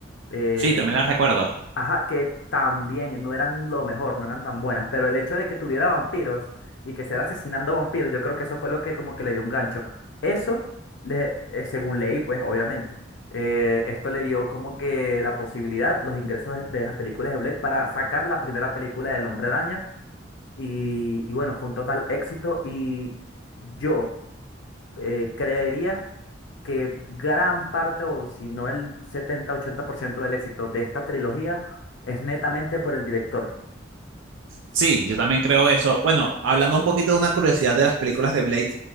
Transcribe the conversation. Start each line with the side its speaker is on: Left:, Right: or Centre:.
Left: eh,
Right: Sí, también las recuerdo.
Left: Ajá, que también no eran lo mejor, no eran tan buenas, pero el hecho de que tuviera vampiros y que se era asesinando vampiros, yo creo que eso fue lo que como que le dio un gancho. Eso, le- eh, según leí, pues obviamente, eh, esto le dio como que la posibilidad, los ingresos de, de las películas de Blade para sacar la primera película del Hombre Araña y, y bueno, fue un total éxito y yo eh, creería que gran parte, o si no el setenta ochenta por ciento del éxito de esta trilogía, es netamente por el director.
Right: Sí, yo también creo eso. Bueno, hablando un poquito de una curiosidad de las películas de Blade,